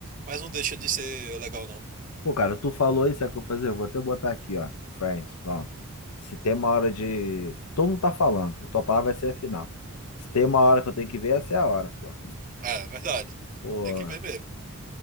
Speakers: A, on the right; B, on the left.
A: mas não deixa de ser legal, não.
B: Pô, cara, tu falou isso, sabe o que eu vou fazer? Eu vou até botar aqui, ó. Friends, pronto. Se tem uma hora de. Todo mundo tá falando, pô. Tua palavra vai ser a final. Se tem uma hora que eu tenho que ver, essa é a hora, pô.
A: É, verdade.
B: Pô.
A: Tem que ver mesmo.